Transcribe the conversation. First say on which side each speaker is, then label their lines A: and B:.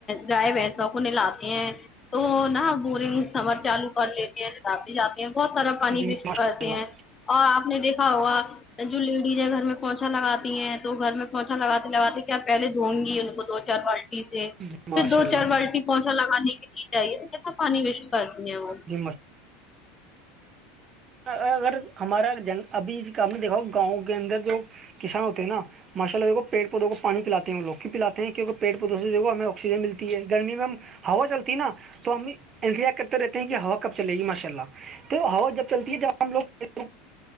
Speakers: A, on the left; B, on the right.
A: گائے بھینسوں کو نہلاتے ہیں تو نہا بورنگ سمر چالو کر لیتے ہیں جتاب بھی جاتے ہیں بہت سارا پانی
B: جی
A: بھی
B: ماشاء
A: کرتے
B: اللہ
A: ہیں اور آپ نے دیکھا ہوا جو لیڈیز ہے گھر میں پہنچا لگاتا ہیں تو گھر میں پوچا لگاتے لگاتے کہ آپ پہے دھوں گی ان کو دو چار بالٹی سے
B: جی ماشاء
A: پھر دو
B: اللہ
A: چار بالٹی پوچا لگانے کے لیے جاہے تو جسنا پانی ویسٹ کرتی ہے وہ
B: جی ماشاء اللہ. اگر ہمارا جنگ ابھی ہم دیکھاؤ گاؤں کے اندر جو کسان ہوتے ہیں نا ماشا اللہ دھو پیڑ پودوں کو پانی پلے ہیں وہ لوگ بھی پلاتے کیونک پیڑ پودوں سے جو ہمیں آکسیجن ملتی گرمی میں ہم ہوا چلتی نا تو ہم انتظار کرتے رہتے ہیں کہ ہوا کب چلے گی ماشاء اللہ تو ہوا جب چلتی ہے جباں ہم لوگ